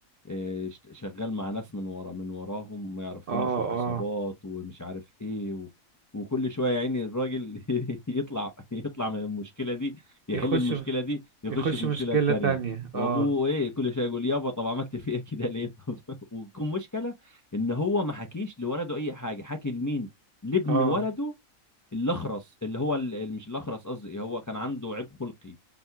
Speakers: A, on the left (about 30°); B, on the right (about 50°).
A: آه، اشت- شغال مع ناس من ورا من وراهم ما يعرفهمش
B: اه
A: وعصابات
B: اه
A: ومش عارف ايه و... وكل شويه يعني الراجل <laughs> يطلع يطلع من المشكله دي يحل
B: يخش
A: المشكله
B: في-
A: دي يخش
B: يخش
A: في مشكله
B: مشكله
A: تانية
B: تانية
A: وابوه
B: اه
A: ايه كل شويه يقول يابا طب عملت فيا كده ليه طب <laughs> وكم مشكله ان هو ما حكيش لولده اي حاجه حكي لمين لابن
B: اه
A: ولده الاخرس اللي هو ال- ال- مش الاخرس قصدي هو كان عنده عيب خلقي